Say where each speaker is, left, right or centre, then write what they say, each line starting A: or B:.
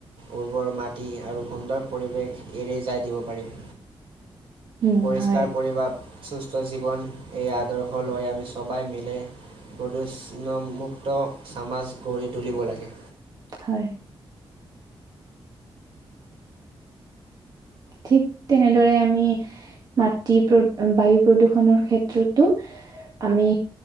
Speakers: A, on the right; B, on the right.
A: উৰ্বৰ মাটি আৰু সুন্দৰ পৰিৱেশ এৰি যায় দিব পাৰিম।
B: উম
A: পৰিষ্কাৰ
B: হয়।
A: পৰিভাপ সুস্থ জীৱন এই আদৰ্শ লৈ আমি সবাই মিলে প্ৰদূষণ'মুক্ত চামাজ গঢ়ি তুলিব লাগে।
B: হয়। ঠিক তেনেদৰে আমি মাটি বায়ু প্ৰদূৰ্ষণৰ ক্ষেত্ৰতো আমি